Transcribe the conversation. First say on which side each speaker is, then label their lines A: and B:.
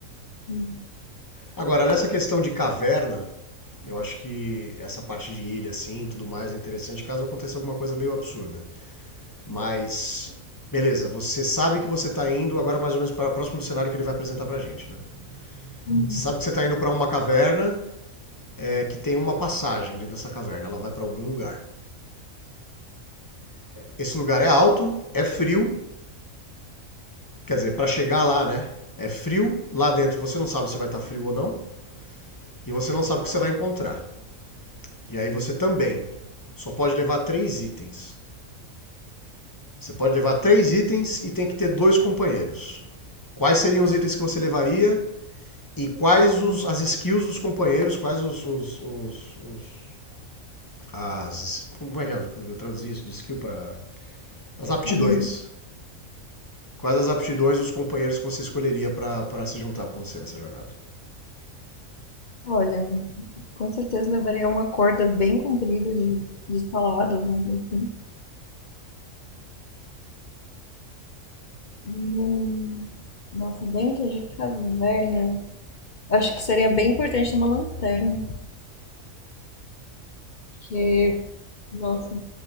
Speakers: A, on the left; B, on the left.
A: sim.
B: Agora, nessa questão de caverna, eu acho que essa parte de ilha, assim, tudo mais, é interessante caso aconteça alguma coisa meio absurda. Mas, beleza, você sabe que você está indo agora mais ou menos pra, próximo do cenário que ele vai apresentar pra gente, né?
A: Hum.
B: Você sabe que você está indo para uma caverna é, que tem uma passagem dentro dessa caverna, ela vai para algum lugar. Esse lugar é alto, é frio, quer dizer, para chegar lá, né? É frio, lá dentro você não sabe se vai estar tá frio ou não, e você não sabe o que você vai encontrar. E aí você também só pode levar três itens. Você pode levar três itens e tem que ter dois companheiros. Quais seriam os itens que você levaria E quais os, as skills dos companheiros, quais os, os, os- os- as, como é que é, eu traduzi isso de skill para as aptidões?
A: Habilidade,
B: Quais as aptidões dos companheiros que você escolheria para se juntar com você nessa jornada?
A: olha, com certeza levaria uma corda bem comprida de, de escalada, alguma coisa assim. Hum, nossa, dentro de caverna, acho que seria bem importante ter uma lanterna. Porque, nossa,